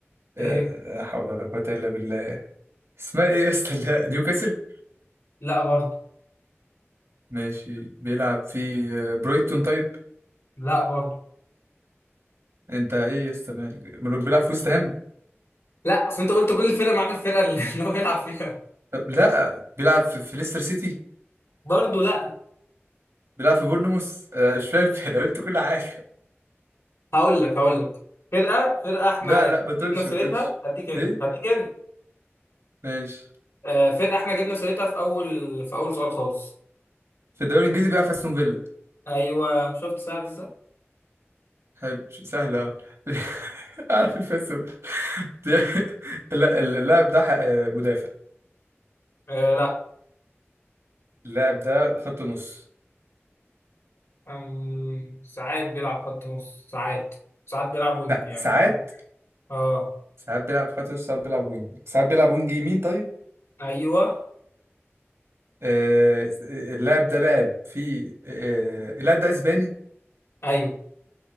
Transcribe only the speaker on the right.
آه،
لا حول ولا قوة الا بالله اسمها ايه يا اسطى اللي هي- <laughs> نيوكاسل
ماشي بيلعب في آه، برايتون طيب
انت ايه يا اسطى مالك؟ بيلعب في ويست هام
طب لا بيلعب في, في ليستر سيتي
بيلعب في بورنموث آه، مش فاهم <laughs> انا قلت كل حاجه
لا لا
ما تقولش ما
تقولش
ايه
ماشي
في الدوري الانجليزي بيلعب في استون فيلا
حلو ش- سهله اه <laughs> عارف في استون <laughs> لا ال- اللاعب ده آه، مدافع
اللاعب ده خط نص
لا
ساعات
ساعات بيلعب خط نص ساعات بيلعب وينج ساعات بيلعب وينج يمين طيب
آه، اللاعب ده لعب في آه، اللاعب ده اسباني